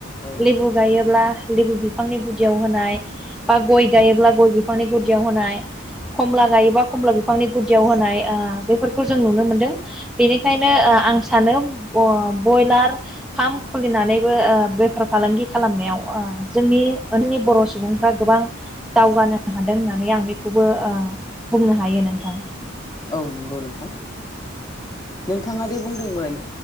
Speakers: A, on the left (about 20°); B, in the centre.
A: औ
B: लेबु गायोब्ला लेबु बिफांनि गुदियाव होनाय बा गय गायोब्ला गय बिफांनि गुदियाव होनाय खमला गायोबा खमला बिफांनि गुदियाव होनाय ओ बेफोरखौ जों नुनो मोनदों बेनिखायनो आं सानो ब्रयलार फार्म खुलिनानैबो बेफार फालांगि खालामनायाव जोंनि ओनि बर सुबुंफ्रा गोबां दावगानो हादों होननानै आं बेखौबो बुंनो हायो नोंथां
A: औ नंगौ नोंथां नोंथाङा दे बुंदोंमोन